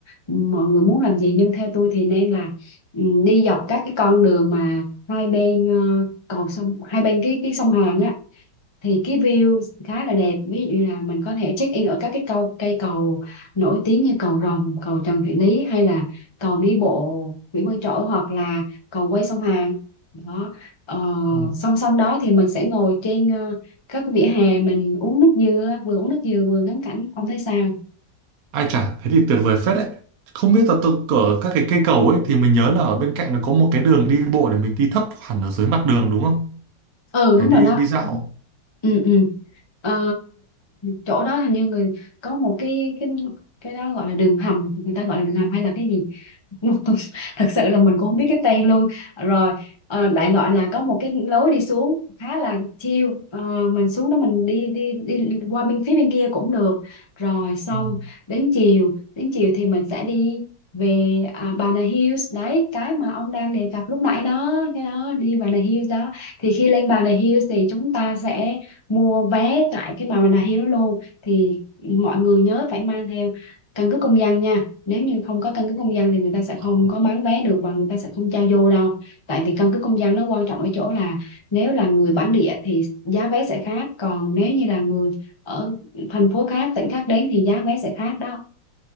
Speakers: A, on the left (about 30°); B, on the right (about 60°).
A: mọi người muốn làm gì nhưng theo tôi thì nên là ừ, đi dọc các cái con đường mà hai bên ờ, cầu sông hai bên cái cái sông Hàn á thì cái view khá là đẹp ví dụ như là mình có thể check in ở các cái cầu cây cầu nổi tiếng như cầu Rồng, cầu Trần Thị Lý hay là cầu đi bộ Nguyễn Văn Trỗi hoặc là cầu quay sông Hàn đó ờ,
B: ồ.
A: song song đó thì mình sẽ ngồi trên ờ, các cái vỉa hè mình uống nước dừa vừa uống nước dừa vừa ngắm cảnh ông thấy sao
B: Ai chả, thế thì tuyệt vời phết đấy. Không biết là tôi ở các cái cây cầu ấy thì mình nhớ là ở bên cạnh nó có một cái đường đi bộ để mình đi thấp hẳn ở dưới mặt đường đúng không?
A: ừ
B: Để
A: đúng
B: đi
A: rồi đó
B: đi dạo.
A: Đúng. ừ ừ Ờ, chỗ đó hình như người có một cái cái cái đó gọi là đường hầm người ta gọi là đường hầm hay là cái gì <laughs> thật sự là mình cũng không biết cái tên luôn rồi ờ, đại loại là có một cái lối đi xuống khá là chill Ờ, mình xuống đó mình đi đi đi qua bên phía bên kia cũng được rồi xong
B: Ừ.
A: đến chiều đến chiều thì mình sẽ đi về à, Bà Nà Hills đấy cái mà ông đang đề cập lúc nãy đó cái đó đi Bà Nà Hills đó thì khi lên Bà Nà Hills thì chúng ta sẽ mua vé tại cái Bà Nà Hills luôn thì mọi người nhớ phải mang theo căn cước công dân nha nếu như không có căn cước công dân thì người ta sẽ
B: Ồ.
A: không có bán vé được và người ta sẽ không cho vô đâu tại vì căn cước công dân nó quan trọng ở chỗ là nếu là người bản địa thì giá vé sẽ khác còn nếu như là người ở thành phố khác tỉnh khác đến thì giá vé sẽ khác đó